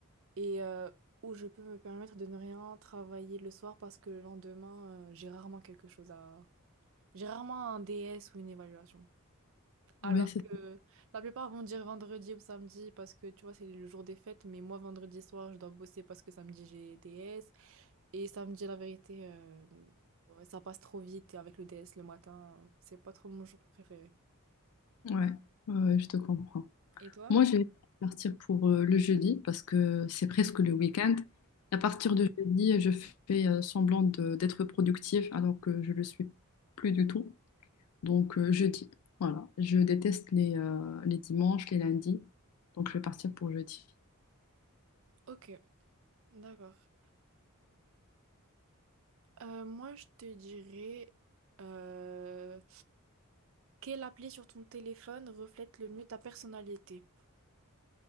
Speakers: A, on the right; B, on the left.
A: et euh, où je peux me permettre de ne rien travailler le soir parce que le lendemain, euh, j'ai rarement quelque chose à... J'ai rarement un DS ou une évaluation.
B: Ouais,
A: Alors
B: c'est
A: que la plupart vont dire vendredi ou samedi parce que tu vois, c'est le jour des fêtes, mais moi, vendredi soir, je dois bosser parce que samedi, j'ai DS. Et samedi, la vérité, euh, ouais, ça passe trop vite et avec le DS le matin, c'est pas trop mon jour préféré.
B: Ouais, ouais, ouais, je te comprends.
A: Et toi?
B: Moi, je vais partir pour euh, le jeudi parce que c'est presque le week-end. À partir
A: Mm.
B: de jeudi, je fais euh, semblant de- d'être productive alors que je le suis plus du tout. Donc, euh, jeudi. Voilà. Je déteste les, euh, les dimanches, les lundis. Donc, je vais partir pour jeudi.
A: Ok, d'accord. Euh, moi, je te dirais euh, quelle appli sur ton téléphone reflète le mieux ta personnalité?